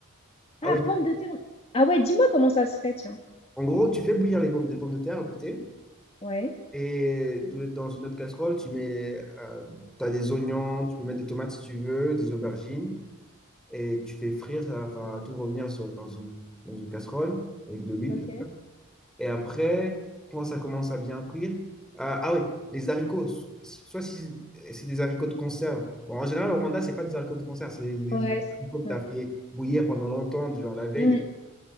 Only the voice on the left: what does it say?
Ah,
pommes de terre. Ah ouais, dis-moi comment ça se fait, tiens.
Ouais,
ok.
Ouais, c-
ouais.
Hmm,